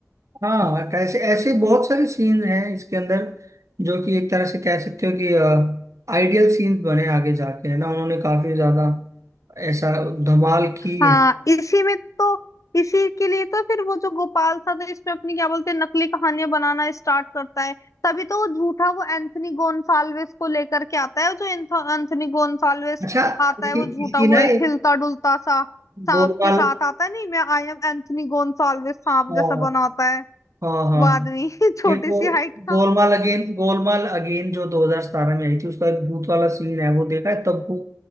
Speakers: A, on the right; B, on the left.
A: हाँ कैसे ऐसे बहुत सारे सीन हैं इसके अंदर जो कि एक तरह से कह सकते हो कि आइडियल सीन्स बने आगे जाके है ना उन्होंने काफी ज्यादा ऐसा धमाल की
B: हाँ
A: है
B: इसी में तो इसी के लिए तो फिर वो जो गोपाल था तो इसमें अपनी क्या बोलते हैं नकली कहानियां बनाना स्टार्ट करता है तभी तो वो झूठा वो एंथनी गोन्साल्विस को लेकर के आता है जो एंथ- एंथनी गोन्साल्विस
A: अच्छा
B: आता
A: इसकी
B: है वो झूठा
A: इसकी
B: वो
A: ना
B: एक
A: एक
B: हिलता डुलता सा सांप
A: गोलमाल
B: के साथ आता है नहीं मैं आई एम एंथनी गोन्साल्विस सांप
A: हाँ
B: जैसा बना होता है
A: हाँ हाँ
B: वो आदमी <laughs> छोटी
A: ये वो
B: सी हाइट
A: गोलमाल
B: का
A: अगेन गोलमाल अगेन जो 2017 में आई थी उसका एक भूत वाला सीन है वो देखा है तब्बू